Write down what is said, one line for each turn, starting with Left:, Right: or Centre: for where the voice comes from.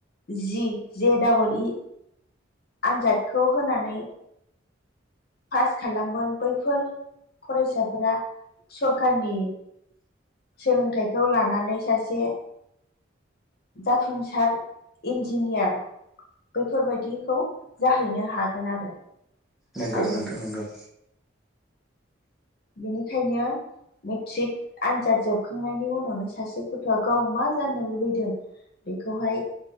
Left: जि जे डाबल इ आनजादखौ होनानै पास खालामगोन बैफोर फरायसाफोरा सरखारारनि सोलोंथाइखौ लानानै सासे जाफुंसार इन्जिनियार बैफोरबायदि खौ जाहैनो हागोन आरो
Centre: नोंगौ
Left: आरो
Centre: नोंथां नोंगौ
Left: बेनिखायनो मेट्रिक आनजाद जोबखांनायनि उनावनो सासे गथ'आ गाव मा जानो लुबैदों बेखौहाय